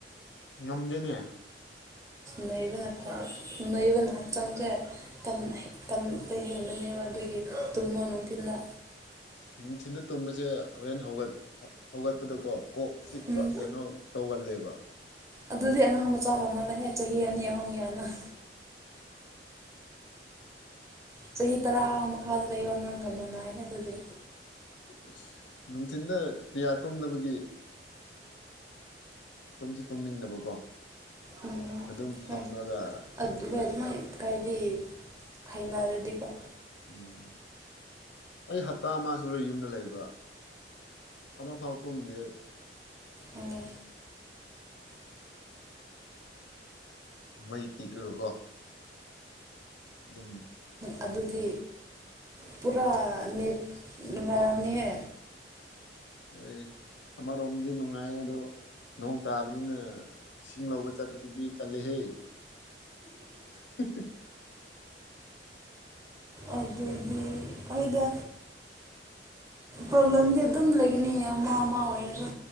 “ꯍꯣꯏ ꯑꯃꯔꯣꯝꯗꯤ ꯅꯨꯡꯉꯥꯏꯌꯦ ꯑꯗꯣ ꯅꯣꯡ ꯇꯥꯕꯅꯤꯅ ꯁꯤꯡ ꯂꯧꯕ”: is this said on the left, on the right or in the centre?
Left